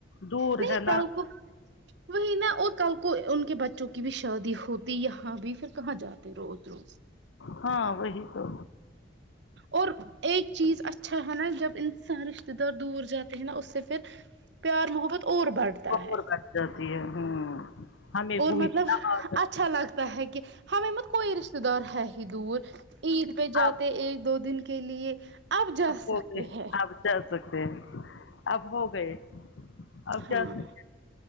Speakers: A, on the left; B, on the right.
A: دور
B: نہیں
A: ہے نا
B: کل کو وہی نا اور کل کو ان کے بچوں کی بھی شادی ہوتی یہاں بھی پھر کہاں جاتے روز روز
A: ہاں وہی تو
B: اور ایک چیز اچھا ہے نا جب انسان رشتے دار دور جاتے ہیں نا اس سے پھر پیار محبت اور بڑھتا
A: اور
B: ہے
A: بچ جاتی ہے ہوں ہمیں
B: اور
A: ہوئی
B: مطلب
A: تھی نا عادت
B: اچھا لگتا ہے کہ ہمیں مت کوئی رشتے دار ہے ہی دور عید پہ جاتے
A: اب
B: ایک دو دن کے لیے اب جا سکتے
A: ہو گئے
B: ہیں
A: اب جا سکتے ہیں اب ہو گئے اب جا
B: ہاں
A: سکتے